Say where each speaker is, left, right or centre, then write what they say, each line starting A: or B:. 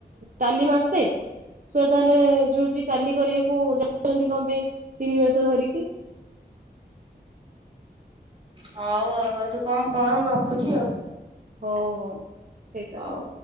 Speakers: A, on the right (about 45°); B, on the right (about 30°).
A: କାଲି ମାସେ ଛୁଆ ତାହେଲେଏ ଯୋଉ ଟାଲି କରିବାକୁ ଯାଉଛନ୍ତି କଣ ପାଇଁ ତିନି ମାସ ଧରିକି।
B: ହଉ ଆଉଉ ତୁ କଣ କର ମୁ ରଖୁଛି ଆଉ।
A: ହଉ ହଉ ଠିକ
B: ହଉ।
A: ଅଛି।